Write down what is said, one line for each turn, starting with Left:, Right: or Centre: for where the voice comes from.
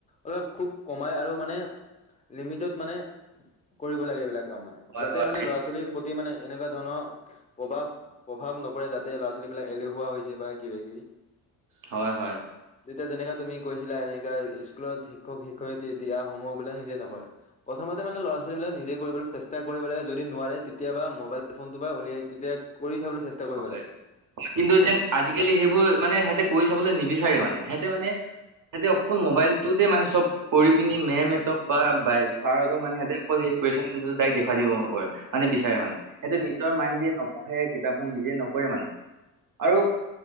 Left: অলপ খুব কমাই আৰু মানে লিমিটত মানে কৰিব লাগে এইবিলাক কাম মানে
Right: হয়
Left: যাতে
Right: হয়
Left: মানে ল'ৰা ছোৱালীৰ প্ৰতি মানে এনেকুৱা ধৰণৰ প্ৰভাৱ প্ৰভাৱ নপৰে যাতে ল'ৰা ছোৱালী বিলাক এলেহুৱা হৈছে বা কিবা কিবি
Right: হয় হয়
Left: তেতিয়া যেনেকা তুমি কৈছিলা এনেকা স্কুলত শিক্ষক শিক্ষয়িত্ৰী দিয়া হোমৱৰ্ক বিলাক নিজে নকৰে প্ৰথতে মানে ল'ৰা ছোৱালী বিলাক নিজে কৰিবলৈ চেষ্টা কৰিব লাগে যদি নোৱাৰে তেতিয়াবা মোবাইল ফোনটো পৰা উলিয়াই তেতিয়া কৰি চাবলৈ চেষ্টা কৰিব
Right: হয়
Left: লাগে।
Right: কিন্তু যেন আজিকালি সেইবোৰ মানে সিহতে কৰি চাবলৈ নিবিচাৰে মানে সিহঁতে মানে হেতি অকল মোবাইলটোতে মানে চব কৰি পিনি মেমতক বা বাই ছাৰহঁত মে সহঁতে ড দেখুৱাই দিব কৰে মানে বিচাৰে মানে সেইটো নিজ মাইণ্ড দি নপঢ়ে কিতাপ নিজে নকৰে মানে আৰু